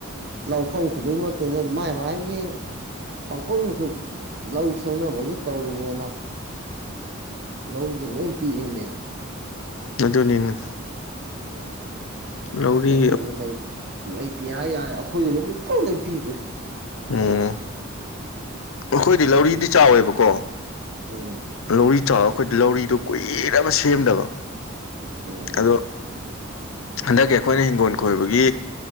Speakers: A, on the right (about 50°); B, on the left (about 75°).
A: ꯂꯧꯐꯝ ꯈꯨꯗꯤꯡꯃꯛꯇꯨ ꯃꯥꯏ ꯃꯥꯒꯤ ꯄꯥꯡꯀꯣꯜꯈꯨ ꯂꯧ ꯁꯦꯝꯅꯕꯒꯤ ꯇꯧꯔꯤꯅꯦꯅ ꯂꯧꯔꯤꯨꯁꯦ ꯂꯣꯏ ꯄꯤꯛꯑꯃꯦ
B: ꯑꯗꯨꯅꯤꯅꯦ
A: ꯎꯝ
B: ꯂꯧꯔꯤ
A: ꯉꯥꯎꯕꯤꯒꯖꯦ ꯂꯩ ꯂꯩꯇꯦ ꯍꯥꯏ ꯌꯥꯏ ꯑꯩꯈꯣꯏꯒꯤꯗꯤ ꯄꯤꯛꯇ꯭ꯔꯨꯅꯦ ꯄꯤꯔꯤꯁꯦ
B: ꯎꯝ ꯑꯩꯈꯣꯏꯗꯤ ꯂꯧꯔꯤꯗꯤ ꯆꯥꯎꯋꯦꯕꯀꯣ
A: ꯎꯝ
B: ꯂꯧꯔꯤ ꯆꯥꯎꯔ ꯑꯩꯈꯣꯏꯗꯤ ꯂꯧꯔꯤꯗꯣ ꯀꯨꯏꯔꯕ ꯁꯦꯝꯗꯕ
A: ꯎꯝ
B: ꯑꯗꯣ ꯍꯟꯗꯛꯀꯤ ꯑꯩꯈꯣꯏꯅ ꯍꯤꯡꯒꯣꯟ ꯀꯣꯏꯕꯒꯤ